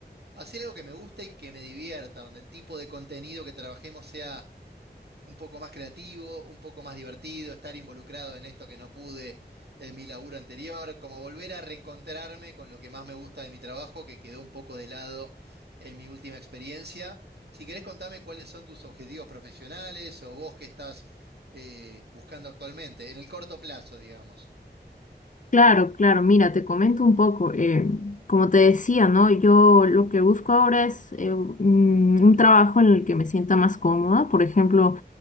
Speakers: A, on the right (about 65°); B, on the left (about 45°).
A: hacer algo que me gusta y que me divierta, donde el tipo de contenido que trabajemos sea un poco más creativo, un poco más divertido, estar involucrado en esto que no pude en mi laburo anterior, como volver a reencontrarme con lo que más me gusta de mi trabajo, que quedó un poco de lado en mi última experiencia. Si querés contame cuáles son tus objetivos profesionales o vos qué estás eh, buscando actualmente, en el corto plazo, digamos.
B: Claro, claro, mira, te comento un poco. eh, como te decía, ¿no? Yo lo que busco ahora es eh, un un trabajo en el que me sienta más cómoda. Por ejemplo,